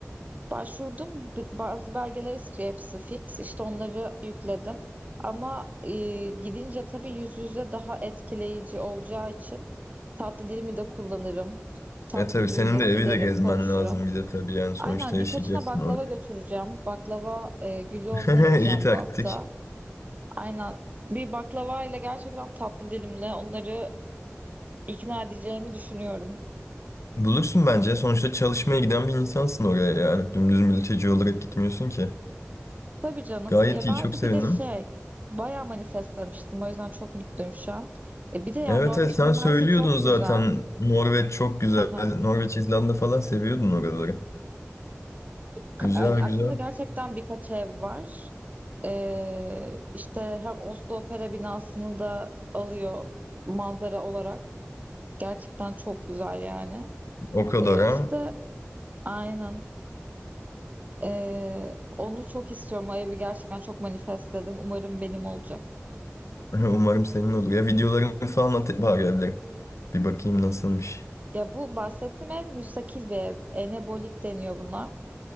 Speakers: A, on the right; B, on the left.
A: Başvurdum. B- Bazı belgeler istiyor hepsi fix. İşte onları yükledim. Ama e, gidince tabii yüz yüze daha etkileyici olacağı için tatlı dilimi de kullanırım. Tatlı
B: E tabii
A: giyinir,
B: senin de evi
A: giderim,
B: de gezmen
A: konuşurum.
B: lazım bir de tabii yani sonuçta
A: Aynen birkaçına
B: yaşayacaksın
A: baklava
B: orada.
A: götüreceğim. Baklava e, Güllüoğlu'na
B: <laughs>
A: gideceğim
B: İyi taktik.
A: bu hafta. Aynen bir baklava ile gerçekten tatlı dilimle onları ikna edeceğimi düşünüyorum.
B: Bulursun bence. Sonuçta çalışmaya giden bir insansın oraya yani. Dümdüz mülteci olarak gitmiyorsun ki.
A: Tabii canım.
B: Gayet
A: Ya
B: iyi,
A: ben
B: çok
A: de
B: sevindim.
A: bir de şey bayağı manifestlemiştim. O yüzden çok mutluyum şu an. E bir de yani
B: Evet
A: Norveç
B: evet sen
A: mimarisi
B: söylüyordun
A: çok
B: zaten.
A: güzel.
B: Norveç çok güzel.
A: Aha.
B: Norveç, İzlanda falan seviyordun oraları.
A: Ka-
B: Güzel
A: Yani aklımda
B: güzel.
A: gerçekten birkaç ev var. Ee, işte hem Oslo Opera binasını da alıyor manzara olarak. Gerçekten çok güzel yani.
B: O kadar
A: Ee,
B: ha.
A: işte aynen. Ee, onu çok istiyorum. O evi gerçekten çok manifestledim. Umarım benim olacak.
B: <laughs> Umarım senin olur. Ya videolarını falan at bari evlerin. Bir bakayım nasılmış.
A: Ya bu bahsettiğim ev müstakil bir ev. Enebolik deniyor buna.